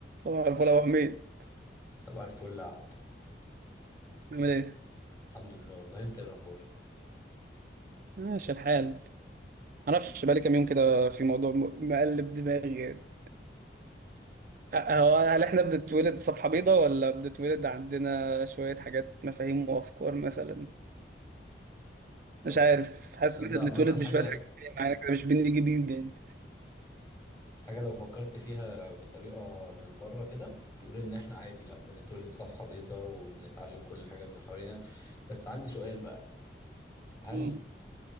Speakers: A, on the right; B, on the left.
A: طبعا الفل يا ابو حميد
B: صباح الفل يا عبدو
A: نعمل ايه
B: الحمد لله والله انت ايه الاخبار
A: ماشي الحال معرفش بقالي كام يوم كده في موضوع م- مقلب دماغي يعني أ- هو هل احنا بنتولد صفحة بيضاء ولا بنتولد عندنا شوية حاجات مفاهيم وافكار مثلا مش
B: اه
A: عارف حاسس
B: تصدق
A: ان احنا بنتولد
B: عامة الحمد لله
A: بشوية
B: حاجة
A: حاجات جاية معانا كده مش بنيجي بيض يعني
B: حاجة لو فكرت فيها بطريقة من بره كده تقول ان احنا عادي لا بنتولد صفحة بيضاء وبنتعلم كل حاجة من اللي حوالينا بس عندي سؤال بقى هل
A: مم.